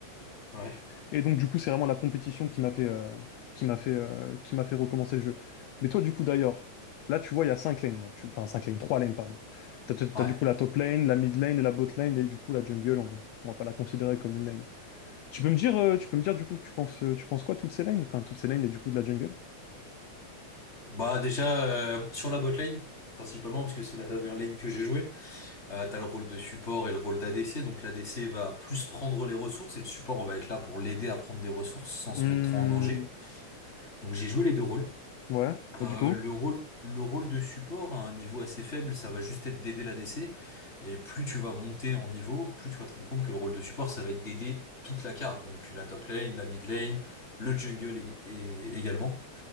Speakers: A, on the left; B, on the left.
A: Ouais.
B: Et donc, du coup, c'est vraiment la compétition qui m'a fait, euh, qui m'a fait, euh, qui m'a fait recommencer le jeu. Mais toi, du coup, d'ailleurs, là, tu vois, il y a 5 lanes. bon, tu- Enfin, 5 lanes, 3 lanes, pardon. T'as, t'as- t'as
A: Ouais.
B: du coup la top lane, la mid lane, et la bot lane, et du coup, la jungle, on va, on va pas la considérer comme une lane. Tu peux me dire, euh, tu peux me dire, du coup, tu penses, euh, tu penses quoi, toutes ces lanes? Enfin, toutes ces lanes, et du coup, de la jungle?
A: Bah déjà, euh, sur la botlane, principalement, parce que c'est la dernière lane que j'ai jouée, euh, t'as le rôle de support et le rôle d'ADC, donc l'ADC va plus prendre les ressources, et le support va être là pour l'aider à prendre des ressources sans se
B: Hmm,
A: mettre trop en danger. Donc j'ai joué les deux rôles.
B: ouais. Et
A: Euh,
B: du coup?
A: le rôle, le rôle de support à un niveau assez faible, ça va juste être d'aider la l'ADC. Et plus tu vas monter en niveau, plus tu vas te rendre compte que le rôle de support, ça va être d'aider toute la carte. Donc la top lane, la mid lane, le jungle ég- é- également.